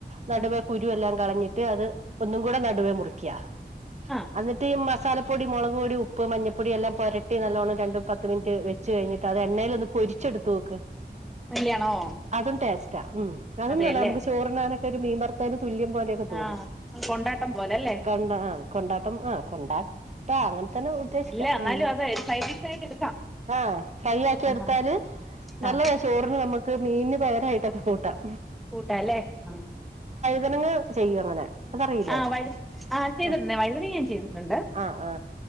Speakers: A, on the right (about 40°); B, in the centre.
A: നടുവേ
B: ആ
A: കുരു എല്ലാം കളഞ്ഞിട്ട് അത് ഒന്നും കൂടെ നടുവേ മുറിക്കിയ
B: ആ
A: അന്നിട്ട് ഇ മ മസാലപ്പൊടി മുളക്പൊടി ഉപ്പ് മഞ്ഞപ്പൊടി എല്ലാം പൊരട്ടി നല്ലോണ്ണം രണ്ടും പത്ത് മിനിറ്റ് വെച്ച് കഴിഞ്ഞിട്ട് അത് എണ്ണയിൽലൊന്ന് പൊരിച്ചെടുത്ത് നോക്ക്
B: അല്ലാണോ
A: അതും ടേസ്റ്റാ ഉം അതും
B: അതെയല്ലേ
A: നല്ല നമുക്ക് ചോറിണാനെ ഒരു മീൻ വർത്തതും തുല്യം പോലെയൊക്കെ
B: ആ
A: തോന്നും
B: കൊണ്ടാട്ടം പോലല്ലേ
A: കൊണ്ട ആ കൊണ്ടാട്ടം ആ കൊണ്ടാട്ട അങ്ങനെ തന്നെ ഉദ്ദേശിക്കാം
B: അല്ല എന്നാലും
A: ഉം
B: അതെ ഒരു സൈഡ് ഡിഷ് ആയിട്ട് എടുക്കാം
A: ആ ഫ്രൈയാക്കിട്ത്താല്
B: ആ
A: നല്ലതാ
B: ആ
A: ചോറിന് നമ ത് മീന് പകരായിട്ടൊക്കെ കൂട്ടാം
B: കൂട്ടാല്ലേ ആ
A: തനങ്ങാ ചെയ്യും അങ്ങനെ അതറിയില്ലേ
B: ആഹ് വഴ്‌ ആഹ് അത് ചെയ്തിട്ടുണ്ട്
A: ആ
B: വഴുതനി ഞാൻ ചെയ്തിട്ടുണ്ട്
A: ആ ആ